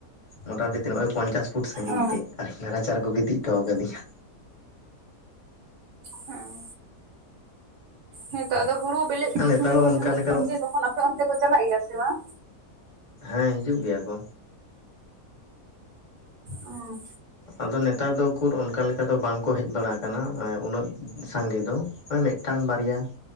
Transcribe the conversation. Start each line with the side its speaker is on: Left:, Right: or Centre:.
Left: ᱢᱚᱴᱟᱢᱩᱴᱤ ᱛᱤᱜᱟᱜ ᱦᱩᱭᱩᱜᱼᱟ ᱯᱚᱧᱪᱟᱥ ᱯᱷᱩᱴ ᱥᱟᱺᱜᱤᱧ
Right: ᱚ
Left: ᱛᱮ ᱟᱨ ᱤᱧ ᱨᱟᱪᱟ ᱨᱮᱠᱚ ᱜᱤᱛᱤᱡ ᱦᱚᱴᱚ ᱟᱠᱟᱫᱤ ᱧᱟ᱾
Right: ᱦᱩᱸ ᱦᱮᱸᱛᱚ ᱟᱫᱚ ᱦᱩᱲᱩ ᱵᱮᱞᱮᱫ
Left: ᱟᱨ
Right: ᱠᱚ
Left: ᱱᱮᱛᱟᱨ
Right: ᱥᱚᱢᱚᱭ
Left: ᱫᱚ
Right: ᱠᱚ
Left: ᱚᱱᱠᱟ
Right: ᱪᱟᱞᱟᱜ
Left: ᱞᱮᱠᱟ
Right: ᱠᱟᱱ ᱜᱮ ᱛᱚᱠᱷᱚᱱ ᱟᱯᱮ ᱚᱱᱛᱮ ᱠᱚ ᱪᱟᱞᱟᱜ ᱜᱮᱭᱟ ᱥᱮ ᱵᱟᱝ᱾
Left: ᱦᱮᱸ ᱦᱤᱡᱩᱜ ᱜᱮᱭᱟ ᱠᱚ᱾
Right: ᱚ
Left: ᱟᱫᱚ ᱱᱮᱛᱟᱨ ᱫᱚ ᱩᱠᱩᱨ ᱚᱱᱠᱟ ᱞᱮᱠᱟ ᱫᱚ ᱵᱟᱝᱠᱚ ᱦᱮᱡ ᱵᱟᱲᱟ ᱟᱠᱟᱱᱟ ᱩᱱᱟᱹᱜ ᱥᱟᱸᱜᱮ ᱫᱚ ᱢᱤᱫᱴᱟᱝ ᱵᱟᱨᱭᱟ